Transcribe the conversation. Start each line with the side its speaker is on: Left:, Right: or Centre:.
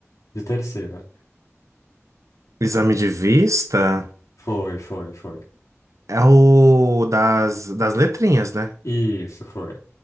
Left: de terceira.
Right: O exame de vista
Left: Foi, foi, foi.
Right: é o das, das letrinhas, né?
Left: Isso, foi.